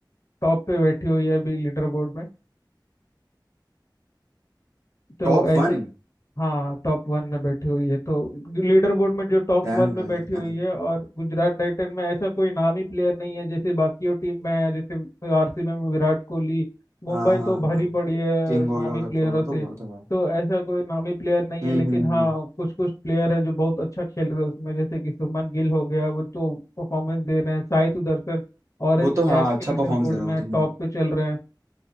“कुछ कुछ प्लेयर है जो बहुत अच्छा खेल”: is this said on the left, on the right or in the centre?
Left